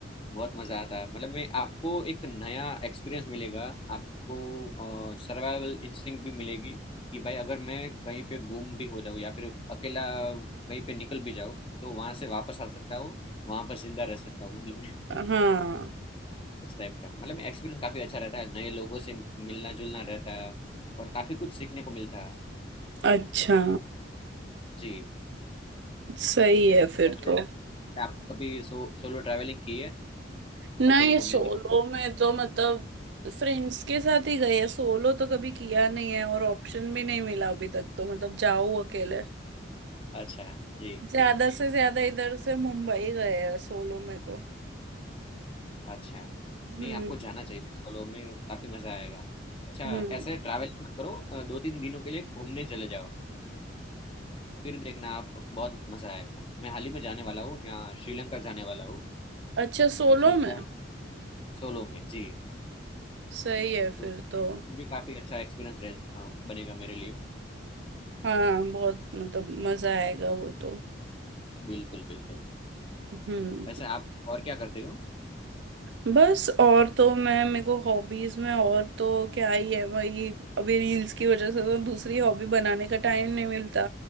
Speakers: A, on the left; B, on the right.
A: बहुत मजा आता है मतलब मैं आपको एक नया एक्सपीरियंस मिलेगा आपको सर्वाइवल इंस्टिंक्ट भी मिलेगी कि भाई अगर मैं कहीं पे गुम भी हो जाऊँ या फिर अकेला कहीं पे निकल भी जाऊँ तो वहां से वापस आ सकता हूँ वहां पर जिंदा रह सकता हूँ मतलब मैं।
B: हाँ
A: उस टाइप का मतलब एक्सपीरियंस काफी अच्छा रहता है नए लोगों से मिलना जुलना रहता है और काफी कुछ सीखने को मिलता है
B: अच्छा
A: जी
B: सही है फिर
A: वैसे
B: तो
A: आप कभी सो, सोलो ट्रैवलिंग की है
B: नहीं
A: अकेले घूमने
B: सोलो
A: निक...
B: में तो मतलब फ्रेंड्स के साथ ही गए सोलो तो कभी किया नहीं है और ऑप्शन भी नहीं मिला अभी तक तो मतलब जाओ अकेले
A: अच्छा जी
B: ज्यादा
A: जी
B: से ज्यादा इधर से मुंबई गए हैं सोलो में तो
A: अच्छा
B: हम्म
A: नहीं आपको जाना चाहिए सोलो में काफी मजा आएगा अच्छा
B: हम्म
A: ऐसे ट्रैवलिंग मत करो दो तीन दिनों के लिए घूमने चले जाओ फिर देखना आप बहुत मजा आएगा मैं हाल ही में जाने वाला हूँ यहाँ श्रीलंका जाने वाला हूँ
B: अच्छा सोलो
A: तो सोचा
B: में
A: सोलो में जी
B: सही है
A: तो
B: फिर तो
A: वो भी काफी अच्छा एक्सपीरियंस रह अ, बनेगा मेरे लिए
B: हाँ बहुत मतलब मजा आएगा वो तो
A: बिल्कुल बिल्कुल
B: हम्म
A: वैसे आप और क्या करते हो
B: बस और तो मैं मेरे को हॉबीज में और तो क्या ही है वही अभी रील्स की वजह से तो दूसरी हॉबी बनाने का टाइम नहीं मिलता